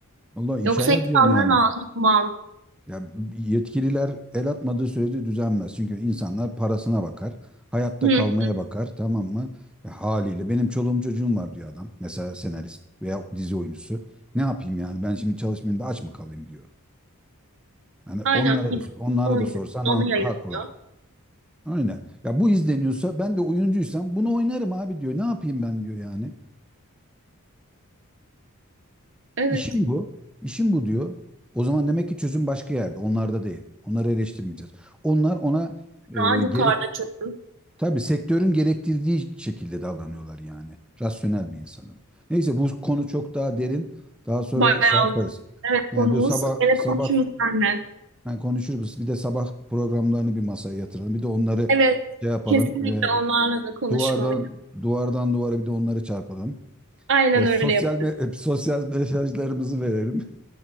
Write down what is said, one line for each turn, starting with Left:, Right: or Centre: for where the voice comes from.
Centre: Vallahi
Right: Yoksa
Centre: inşallah
Right: insanların
Centre: düzenli yani.
Right: ağzı duman.
Centre: Ya yetkililer el atmadığı sürece düzenmez. Çünkü insanlar parasına bakar, hayatta
Right: Hı
Centre: kalmaya
Right: hı.
Centre: bakar, tamam mı? E, haliyle benim çoluğum çocuğum var diyor adam. Mesela senarist veya dizi oyuncusu. Ne yapayım yani? Ben şimdi çalışmayayım da aç mı kalayım diyor. Yani
Right: Aynen.
Centre: onlara da sor- onlara
Right: Oynuyor.
Centre: da sorsan
Right: Onu
Centre: ha-
Right: yayınlıyor.
Centre: haklı. Aynen. Ya bu izleniyorsa ben de oyuncuysam bunu oynarım abi diyor. Ne yapayım ben diyor yani.
Right: Evet.
Centre: İşim bu. İşim bu diyor. O zaman demek ki çözüm başka yerde. Onlarda değil. Onları eleştirmeyeceğiz. Onlar ona e,
Right: Daha yukarıda
Centre: gerekli
Right: çünkü.
Centre: Tabii sektörün gerektirdiği şekilde davranıyorlar yani. Rasyonel bir insanın. Neyse bu konu çok daha derin. Daha sonra
Right: Bayağı
Centre: şey yaparız.
Right: uzun. Evet
Centre: Yani
Right: konumuz.
Centre: bu sabah
Right: Gene
Centre: sabah
Right: konuşuruz seninle.
Centre: yani konuşuruz. Bir de sabah programlarını bir masaya yatıralım. Bir de onları
Right: Evet.
Centre: şey yapalım.
Right: Kesinlikle
Centre: e,
Right: onlarla da konuşmalıyız.
Centre: duvardan duvardan duvara bir de onları çarpalım.
Right: Aynen
Centre: E,
Right: öyle
Centre: sosyal
Right: yapalım.
Centre: me- <laughs> e, sosyal mesajlarımızı verelim.